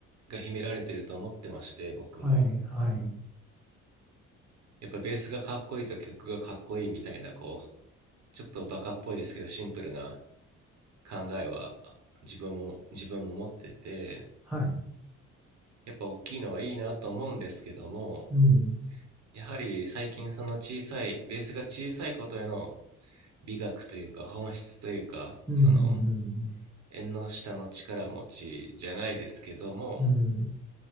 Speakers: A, on the right; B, in the centre.
A: が秘められてると思ってまして、僕も。
B: はい、はい、
A: やっぱベースがかっこいいと曲がかっこいいみたいな、こう、ちょっとバカっぽいですけどシンプルな考えは自分も自分も持ってて
B: はい。
A: やっぱ大きいのはいいなと思うんですけども
B: うん、
A: やはり最近その小さいベースが小さいことへの美学というか本質というかその
B: うん、うん、
A: 縁の下の力持ちじゃないですけども
B: うん、